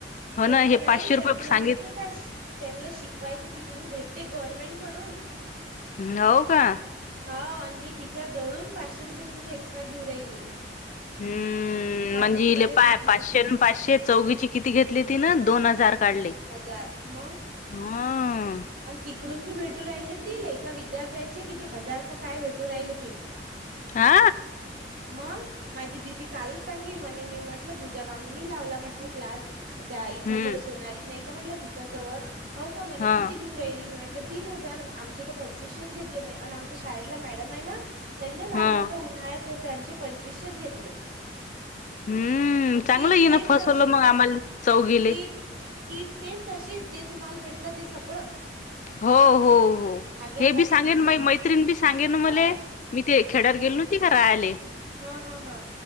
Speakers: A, on the left; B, on the right.
A: हो
B: तस
A: ना हे
B: नाही
A: पाचशे
B: त्यांना
A: रुपये सांगित
B: माहित आहे. श त्यांना शिकवायच तिकडून भेटते गव्हर्नमेंट कडून.
A: ह् नोव का?
B: हो आणि ही तिच्या जवळून पाचशे रुपये तुमची एक्स्ट्रा घेऊ राहिली.
A: हम्म!
B: कारण
A: हम! म्हणजे
B: की माझ्या
A: इले
B: दिदीनं
A: पाय- पाचशे पाचशे चौघची किती घेतली ती न दोन हजार काढली.
B: कार मग
A: म्ह
B: आणि तिकडून बी भेटू राहिले न ते एका विद्यार्थ्याचे कि ते हजार का काय भेटू राहिले ते.
A: हा
B: मग. माझी दिदी कालच सांगे म्हणे मी म्हटलं पूजा मामीनी लावला म्हटलं क्लास. त्याईच्या
A: हम्म
B: जवळ सोनाली नाही का म्हटलं तिच्याजवळ हो का म्हणे
A: हा
B: कि क्यू राहिली मी म्हटलं तीन हजार आमचे तर पंचवीसशेच घेतले म्हणे आणि आमच्या शाळेतला मॅडम आहे ना! त्यांना लावला
A: हा
B: तर उन्हाळ्यात त्यांचे पंचवीशेच घेतले.
A: हम्म
B: आणि
A: चांगलं
B: कीट
A: येईन
B: सेम
A: फसवलं
B: तशीच
A: मग आम्हाला चौघीले
B: कीट. किट सेम तशीच जे तुम्हाला भेटलं ते सगळं.
A: हो हो हो!
B: धाग्यापासून
A: हे बी सांगेन
B: सगळं
A: मा मैत्रीण बी सांगेन
B: हो
A: मले मी ते खेड्यावर गेलो ना ती राहाले.
B: हा हां हां!